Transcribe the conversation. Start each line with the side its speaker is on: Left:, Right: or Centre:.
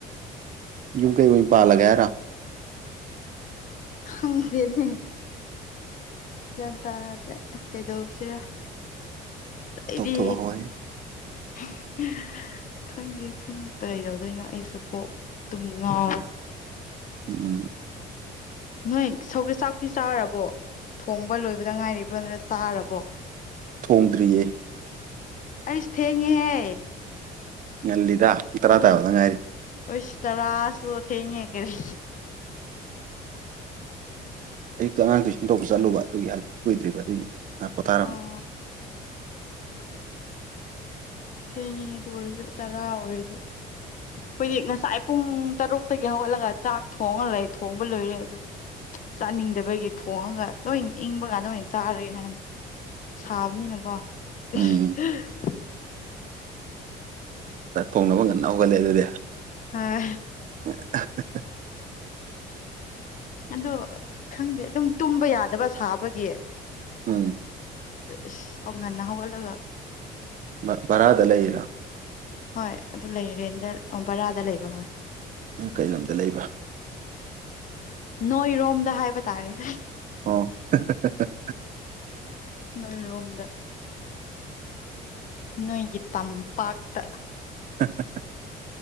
Right: ꯌꯨꯝ ꯀꯩ ꯑꯣꯏ ꯄꯥꯜꯂꯒꯦ ꯍꯥꯏꯔꯣ
Left: ꯈꯪꯗꯦꯅꯦ ꯒ꯭ꯌꯥꯟ ꯇꯥꯗꯦ ꯀꯩꯗꯧꯁꯤꯔ ꯑꯩꯗꯤ
Right: ꯇꯧꯊꯣꯛꯍꯧꯋꯦ
Left: <unintelligible> ꯈꯪꯗꯩ ꯈꯪ ꯀꯩꯗꯧꯗꯣꯏꯅꯣ ꯑꯩꯁꯨ ꯀꯣꯛ ꯇꯨꯝ ꯉꯥꯎ
Right: ꯎꯝ
Left: ꯅꯣꯏ ꯁꯧꯒ ꯆꯥꯛꯇꯤ ꯆꯥꯔꯕꯣ ꯊꯣꯡꯕ ꯂꯣꯏꯕꯗ ꯉꯥꯏꯔꯤꯕ꯭ꯔꯣ ꯅꯠꯇ꯭ꯔ ꯆꯥꯔꯕꯣ
Right: ꯊꯣꯡꯗ꯭ꯔꯤꯌꯦ
Left: ꯑꯩꯁ ꯊꯦꯡꯉꯦꯍꯦ
Right: ꯉꯜꯂꯤꯗ ꯄꯨꯡ ꯇꯔꯥ ꯇꯥꯕꯗ ꯉꯥꯏꯔꯤ
Left: ꯑꯣꯏꯁ ꯇꯔꯥꯁꯨ ꯊꯦꯡꯉꯦ ꯀꯔꯤ
Right: ꯑꯌꯨꯛꯇ ꯑꯉꯥꯡ ꯇꯨꯏꯁꯟ ꯇꯧꯕ ꯆꯠꯂꯨꯕ ꯑꯗꯨꯒꯤ ꯍꯥꯂꯛꯄ ꯀꯨꯏꯗ꯭ꯔꯤꯕ ꯑꯗꯨꯏꯅꯦ ꯉꯍꯥꯛ ꯄꯣꯊꯥꯔꯝꯕ
Left: ꯑꯣ ꯊꯦꯡꯉꯤꯍꯦ ꯑꯗꯨ ꯑꯣꯏꯔꯁꯨ ꯇꯔꯥ ꯑꯣꯏꯔꯗꯤ ꯑꯩꯈꯣꯏꯗꯤ ꯉꯁꯥꯏ ꯄꯨꯡ ꯇꯔꯨꯛꯇꯒꯤ ꯍꯧꯒꯠꯂꯒ ꯆꯥꯛ ꯊꯣꯡꯉ ꯂꯩ ꯊꯣꯡꯕ ꯂꯣꯏꯔꯦ ꯑꯗꯨ ꯆꯥꯅꯤꯡꯗꯕꯒꯤ ꯊꯣꯡꯉꯒ ꯂꯣꯏꯟ ꯏꯪꯕ ꯀꯥꯟꯗ ꯑꯣꯏꯅ ꯆꯥꯔꯒꯦ ꯍꯥꯏꯅ ꯁꯥꯕꯅꯤꯅꯀꯣ ꯑꯦꯍ ꯍ
Right: ꯎꯝ ꯆꯥꯛ ꯊꯣꯡꯅꯕ ꯉꯟꯅ ꯍꯧꯒꯠꯂꯦ ꯑꯗꯨꯗꯤ
Left: ꯍꯥ
Right: <unintelligible>
Left: ꯑꯗꯣ ꯈꯪꯗꯦ ꯑꯗꯨꯝ ꯇꯨꯝꯕ ꯌꯥꯗꯕ ꯁꯥꯕꯒꯤ
Right: ꯎꯝ
Left: ꯗ ꯏꯁ ꯍꯧ ꯉꯟꯅ ꯍꯧꯒꯠꯂꯒ
Right: ꯃ ꯕꯔꯥꯗ ꯂꯩꯔꯤꯔꯣ
Left: ꯍꯣꯏ ꯑꯗꯨ ꯂꯩ ꯔꯦꯟꯗ ꯕꯔꯥꯗ ꯂꯩꯕ ꯍꯣꯏ
Right: ꯅꯪ ꯀꯩ ꯂꯝꯗ ꯂꯩꯕ
Left: ꯅꯣꯏꯔꯣꯝꯗ ꯍꯥꯏꯕ ꯇꯥꯔꯦ
Right: ꯑꯣ <unintelligible>
Left: ꯅꯣꯏꯔꯣꯝꯗ ꯅꯣꯏꯒꯤ ꯇꯝꯄꯥꯛꯇ
Right: ꯍ ꯍ ꯍ